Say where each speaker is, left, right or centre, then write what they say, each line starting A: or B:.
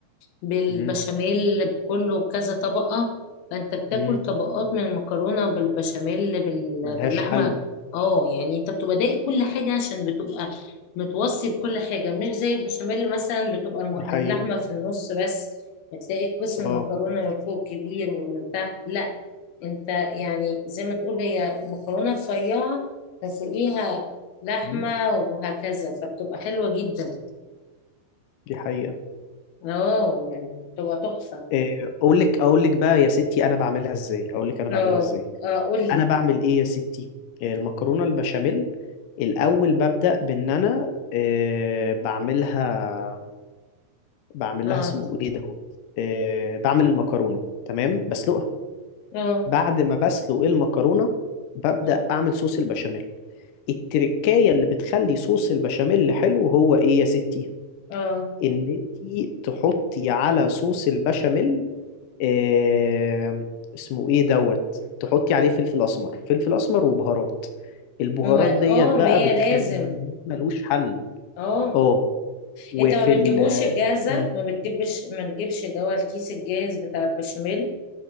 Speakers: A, on the left; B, on the left.
A: بالبشاميل
B: امم
A: بكله كذا طبقة فأنت بتاكل
B: امم
A: طبقات من المكرونة بالبشاميل بال-
B: ملهاش
A: باللحمة
B: حل
A: اه يعني انت بتبقى دايق كل حاجة عشان بتبقى متوصي بكل حاجة مش زي البشاميل مثلا بتبقى الم-
B: دي حقيقة
A: اللحمة في النص بس بتلاقي قسم
B: اه
A: المكرونة من فوق كبير ومن تحت لا انت يعني زي ما تقول هي مكرونة رفيعة فوقيها لحمة
B: امم
A: وهكذا فبتبقى حلوة جدا
B: دي حقيقة
A: اه يعني بتبقى تحفة
B: آه، أقولك أقولك بقى يا ستي أنا بعملها إزاي أقولك أنا بعملها
A: اه
B: إزاي
A: اه قولي
B: انا بعمل ايه يا ستي آه، المكرونه البشاميل الاول ببدا بان انا آه، بعملها بعمل
A: اه
B: لها اسمه ايه دوت آه، بعمل المكرونه تمام بسلقها
A: اه
B: بعد ما بسلق المكرونه ببدا
A: اه
B: اعمل صوص البشاميل التركايه اللي بتخلي صوص البشاميل حلو هو ايه يا ستي
A: اه
B: ان انتي تحطي على صوص البشاميل آه، اسمه ايه دوت تحطي عليه فلفل اسمر فلفل اسمر وبهارات البهارات
A: ما هو اه
B: ديت بقى
A: ما هي
B: بتخليه
A: لازم
B: ملوش حل
A: اه
B: اه وفي
A: انت ما
B: ال
A: بتجيبوش
B: آه،
A: الجاهزة
B: مم.
A: ما بتجيبش ما تجيبش اللي هو الكيس الجاهز بتاع البشاميل